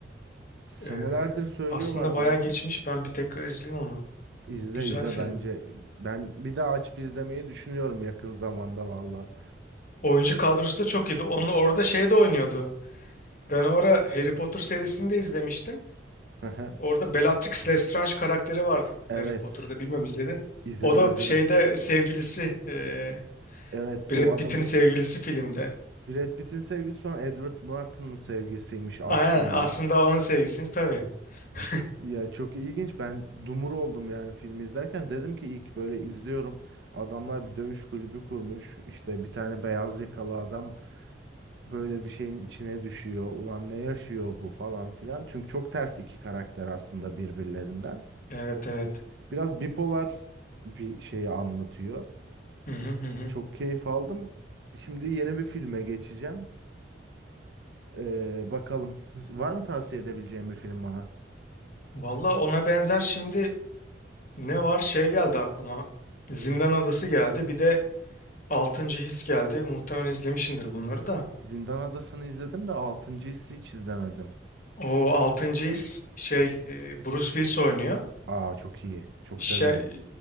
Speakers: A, on the right (about 65°); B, on the left (about 45°).
A: senelerdir
B: Ee,
A: söylüyorlar
B: aslında bayağı
A: bana.
B: geçmiş. Ben bir tekrar izleyeyim onu.
A: İzle
B: Güzel
A: izle
B: film.
A: bence. Ben bir daha açıp izlemeyi düşünüyorum yakın zamanda valla.
B: Oyuncu kadrosu da çok iyiydi. Onun orada şey de oynuyordu. Ben o ara Harry Potter serisini de izlemiştim.
A: Hı hı.
B: Orada Bellatrix Lestrange karakteri vardı
A: Evet.
B: Harry Potter'da bilmem izledi.
A: izledim
B: O da
A: izledim.
B: şeyde sevgilisi e,
A: Evet
B: Brad
A: o adamın
B: Pitt'in sevgilisi filmde.
A: Brad Pitt'in sevgisi sonra Edward Norton'un sevgisiymiş aslında.
B: Aynen aslında onun sevgilisiymiş tabii. <laughs>
A: Ya çok ilginç. Ben dumur oldum yani filmi izlerken. Dedim ki ilk böyle izliyorum. Adamlar bir dövüş kulübü kurmuş. İşte bir tane beyaz yakalı adam böyle bir şeyin içine düşüyor. Ulan ne yaşıyor bu falan filan. Çünkü çok ters iki karakter aslında birbirlerinden.
B: Evet evet.
A: Biraz bipolar bir şeyi anlatıyor.
B: Hı hı hı. hı.
A: Çok keyif aldım. Şimdi yeni bir filme geçeceğim. Ee, bakalım. Var mı tavsiye edebileceğim bir film bana?
B: Valla ona benzer şimdi ne var şey geldi aklıma. Zindan Adası geldi. Bir de Altıncı His geldi. Muhtemelen izlemişsindir bunları da.
A: Zindan Adası'nı izledim de 6.'yı hiç izlemedim.
B: O Altıncı His şey e, Bruce Willis oynuyor.
A: Aa çok iyi. Çok
B: Şe
A: severim.